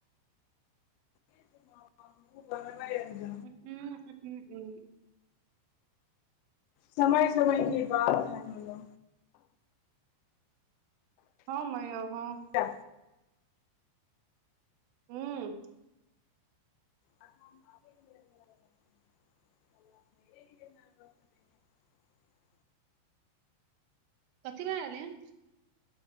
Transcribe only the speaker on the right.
उम्म,
उम्म, उम्म, उम्म,
हँ मा हँ
ह्म
कथी भर रहलल